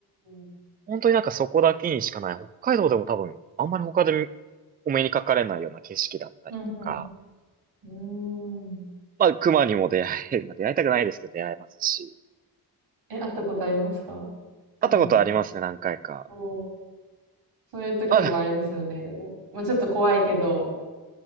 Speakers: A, on the right (about 85°); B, on the right (about 25°).
A: ー。
B: 本当になんかそこだけにしかない、北海道でも多分、あんまり他でお目にかかれないような景色だったりとか、
A: うん、うん。うーん。
B: まあ、熊にも出会え、<laughs> まあ、出会いたくないですけど出会えますし、
A: え、会ったことありますか熊に。
B: 会ったことありますね、何回か。
A: おー。そういう時はあれですよね。
B: あ、
A: まあ、ちょっと怖いけど、